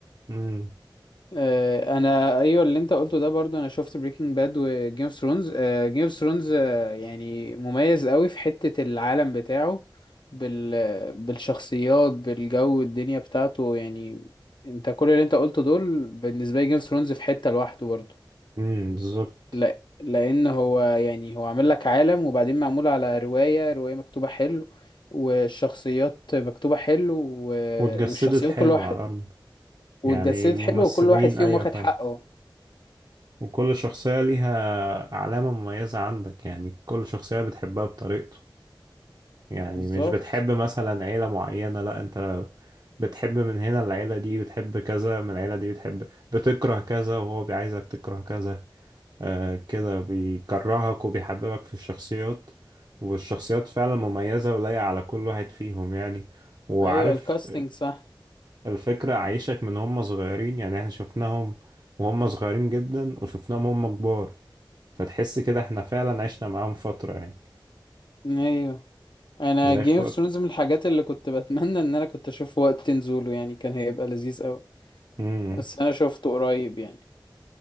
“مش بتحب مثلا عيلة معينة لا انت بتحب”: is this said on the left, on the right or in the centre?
Right